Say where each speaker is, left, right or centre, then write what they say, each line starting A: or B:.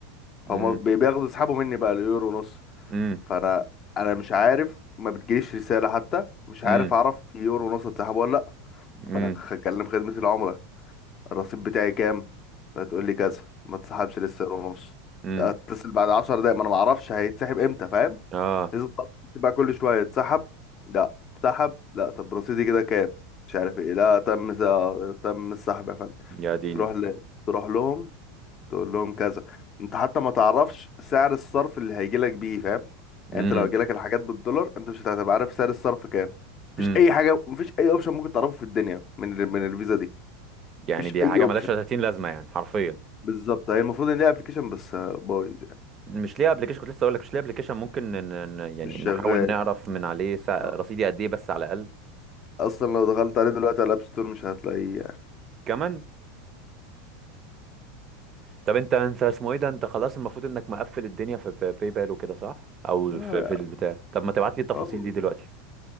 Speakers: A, on the left (about 40°); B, on the right (about 35°).
A: فهم
B: امم
A: بي- بياخدوا يسحبوا مني بقى اليورو نص
B: امم
A: فانا انا مش عارف ما بتجيليش رسالة حتى مش عارف
B: امم
A: اعرف يورو نص اتسحبوا ولا لا
B: امم
A: فانا هكلم خدمة العملاء الرصيد بتاعي كام فتقول لي كذا ما تسحبش لسه سعر ونص
B: امم
A: اتصل بعد 10 دقايق ما انا ما اعرفش هيتسحب امتى فاهم
B: اه
A: لازم تقعد تبقى كل شويه تسحب لا تسحب لا طب رصيدي كده كام مش عارف ايه لا تم سا... تم السحب يا فندم
B: يا ديني
A: تروح ل... تروح لهم تقول لهم كذا انت حتى ما تعرفش سعر الصرف اللي هيجي لك بيه فاهم يعني
B: امم
A: انت لو هيجي لك الحاجات بالدولار انت مش هتبقى عارف سعر الصرف كام مفيش
B: امم
A: اي حاجه مفيش اي اوبشن ممكن تعرفه في الدنيا من ال- من الفيزا دي
B: يعني
A: مفيش
B: دي
A: اي
B: حاجه
A: اوبشن
B: ملهاش 30 لازمه يعني حرفيا
A: بالظبط هي المفروض ان ليها ابلكيشن بس بايظ
B: مش ليه ابلكيشن كنت لسه اقول لك مش ليه ابلكيشن ممكن ن... ن... يعني
A: مش
B: نحاول
A: شغال
B: نعرف من عليه سع...
A: آه.
B: رصيدي قد ايه بس على الاقل
A: اصلا لو دخلت عليه دلوقتي على الاب ستور مش هتلاقيه يعني
B: كمان طب انت انت اسمه ايه ده انت خلاص المفروض انك مقفل الدنيا في باي باي بال وكده صح او
A: لا
B: في في
A: يعني
B: البتاع طب ما تبعت لي التفاصيل
A: اه
B: دي دلوقتي